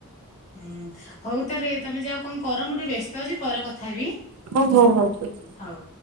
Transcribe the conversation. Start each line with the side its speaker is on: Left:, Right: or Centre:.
Left: ହୁଁ ହଉ ତାହେଲେ ତମେ ଯାଅ। କଣ କର ମୁଁ ଟିକେ ବ୍ୟସ୍ତ ଅଛି ପରେ କଥା ହେବି।
Right: ହଉ ହଉ ହଉ ଠିକ୍ ଅଛି।
Left: ହଉ।